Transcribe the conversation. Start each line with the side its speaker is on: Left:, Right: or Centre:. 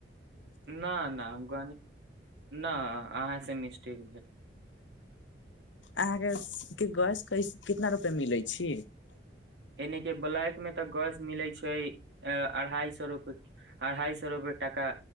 Right: न न हमक न अ मिेेस्टेक
Left: अहाँके के गछ क कितना रुपे मिलैत छै छ
Right: यनि के बलायक मे तऽ गैस मिलै छै अढ़ाई सए रूपए अढ़ाइ सए रूपए टाका